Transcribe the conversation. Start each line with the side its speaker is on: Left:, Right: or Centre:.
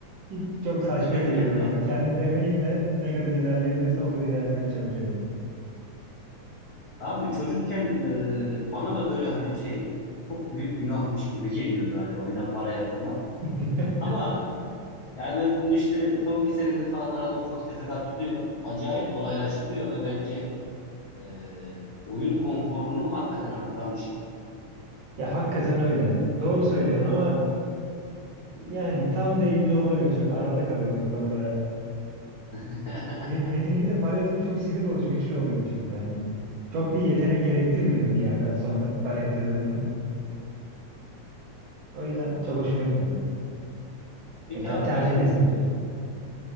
Right: Hiç çok
Left: <laughs>
Right: saçma geliyordu bana. Kendim emeğimle ne kadar ilerleyebilirsem o kadar ilerlemeye çalışıyordum.
Left: Abi çocukken e, bana da böyle hani şey çok büyük günahmış gibi geliyordu hani oyuna para yatırmak.
Right: <laughs>
Left: Ama e, yani ben bu işte son bir senedir falan arada ufak tefek atıyorum. Acayip kolaylaştırıyor ve bence e, oyun konforunu hakikaten artıran bir şey.
Right: Ya hakikaten öyle. Doğru söylüyorsun ama yani tam da emin olamıyorum. Çok arada kalıyorum bu konuda.
Left: <laughs>
Right: Me- Metin 2'de para yatırınca çok sinir bozucu güçlü oluyordu çünkü. Hani çok bir yetenek gerektirmiyor bir yerden sonra para yatırdığında. O yüzden çok hoşuma gitmiyordu.
Left: Peki
Right: Ya tabii
Left: abi
Right: tercih
Left: zaten
Right: meselesi.
Left: e,